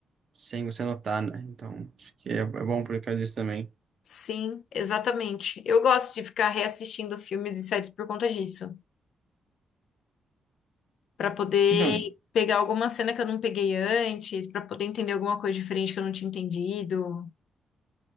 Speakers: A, on the right; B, on the left.
A: sem você notar, né? Então, acho que é, é bom por causa disso também.
B: Sim, exatamente. Eu gosto de ficar reassistindo filmes e séries por conta disso. para poder
A: Então,
B: pegar alguma cena que eu não peguei antes, para poder entender alguma coisa diferente que eu não tinha entendido.